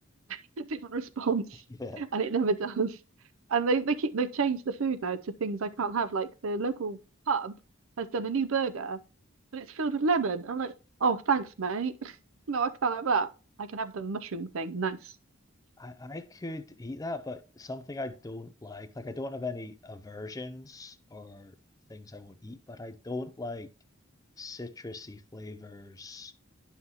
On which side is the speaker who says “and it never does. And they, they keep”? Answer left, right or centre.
Right